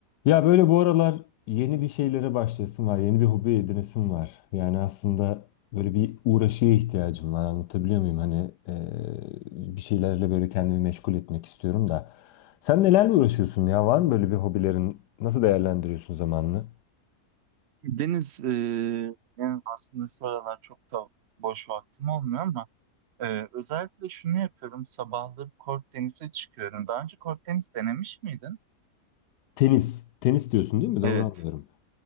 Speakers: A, on the left (about 85°); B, on the right (about 65°).
A: Ya böyle bu aralar yeni bir şeylere başlasın var, yeni bir hobi edinesim var. Yani aslında böyle bir uğraşıya ihtiyacım var. Anlatabiliyor muyum? Hani eee, bir şeylerle böyle kendimi meşgul etmek istiyorum da. Sen nelerle uğraşıyorsun ya? Var mı böyle bir hobilerin? Nasıl değerlendiriyorsun zamanını?
B: Deniz, eee, yani aslında şu aralar çok da boş vaktim olmuyor ama eee, özellikle şunu yapıyorum. Sabahları kort tenise çıkıyorum. Daha önce kort tenis denemiş miydin?
A: Tenis. Tenis diyorsun değil mi? Doğru
B: Evet.
A: anlıyorum.